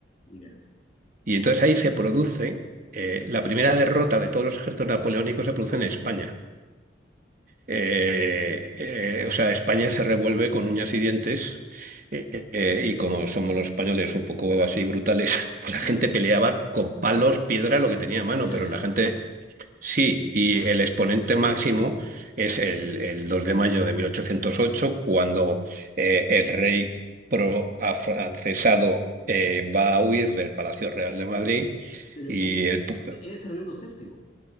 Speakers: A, on the left (about 40°); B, on the right (about 45°).
A: ya.
B: Y entonces ahí se produce, eh, la primera derrota de todos los ejércitos napoleónicos se produce en España. Eh, eh, o sea, España se revuelve con uñas y dientes eh, eh, y como somos los españoles un poco así brutales, <laughs> pues la
A: Claro,
B: gente peleaba con palos, piedra, lo que tenía a mano,
A: puñales.
B: pero la gente sí, y
A: Ah,
B: el exponente máximo es el, el 2 de mayo de mil ochocientos ocho, cuando eh, el rey pro-afrancesado eh, va a huir del Palacio Real de Madrid
A: Pero
B: y
A: en-
B: el, pu-
A: en- era Fernando VII,